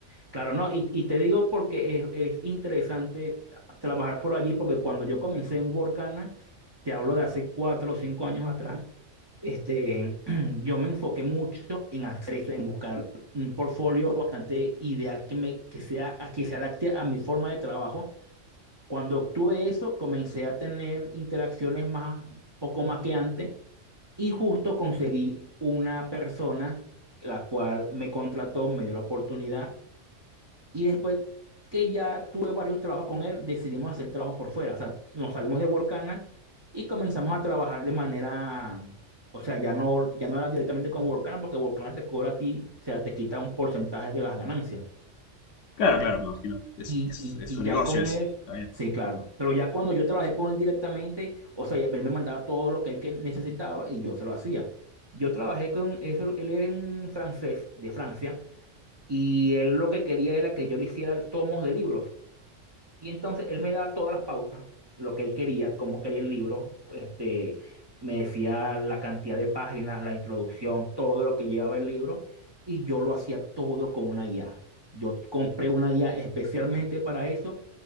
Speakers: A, on the right (about 30°); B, on the left (about 75°).
A: Claro, no, y, y te digo porque es, es interesante trabajar por allí, porque cuando yo comencé en Workana, te hablo de hace cuatro o cinco años atrás, este, <clears throat> yo me enfoqué mucho en hacer eso, en buscar un portfolio bastante ideal que, me, que, sea, que se adapte a mi forma de trabajo. Cuando obtuve eso, comencé a tener interacciones más, poco más que antes, y justo conseguí una persona la cual me contrató, me dio la oportunidad y después que ya tuve varios trabajos con él, decidimos hacer trabajos por fuera. O sea, nos salimos de Workana y comenzamos a trabajar de manera, o sea, ya no, ya no era directamente con Workana porque Workana te cobra a ti, o sea, te quita un porcentaje de las ganancias.
B: Claro, claro, me imagino. Es,
A: Y,
B: es,
A: y,
B: es
A: y
B: su
A: ya
B: negocio
A: con
B: ese.
A: él,
B: Está bien.
A: sí, claro. Pero ya cuando yo trabajé con él directamente, o sea, ya él me mandaba todo lo que él que necesitaba y yo se lo hacía. Yo trabajé con ese- él era un francés de Francia y él lo que quería era que yo le hiciera tomos de libros. Y entonces él me da todas las pautas, lo que él quería, cómo quería el libro, este, me decía la cantidad de páginas, la introducción, todo lo que llevaba el libro, y yo lo hacía todo con una IA. Yo compré una IA especialmente para eso